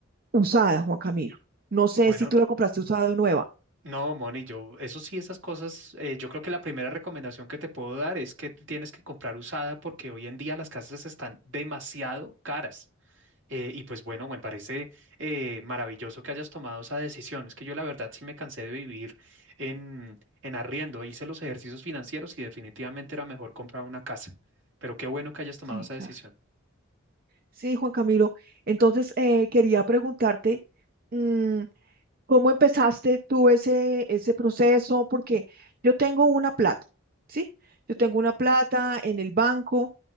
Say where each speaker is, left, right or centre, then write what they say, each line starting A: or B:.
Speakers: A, on the right (about 45°); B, on the right (about 65°).
A: usada, Juan Camilo. No sé
B: Bueno,
A: si tú la compraste usada o nueva.
B: No, Moni, yo, eso sí, esas cosas, eh, yo creo que la primera recomendación que te puedo dar es que tienes que comprar usada porque hoy en día las casas están demasiado caras. Eh, y pues bueno, me parece eh, maravilloso que hayas tomado esa decisión. Es que yo la verdad sí me cansé de vivir en, en arriendo, hice los ejercicios financieros y definitivamente era mejor comprar una casa. Pero qué bueno que hayas tomado
A: Sí,
B: esa
A: claro.
B: decisión.
A: Sí, Juan Camilo. Entonces, eh, quería preguntarte, mm, ¿cómo empezaste tú ese, ese proceso? Porque yo tengo una plata, ¿sí? Yo tengo una plata en el banco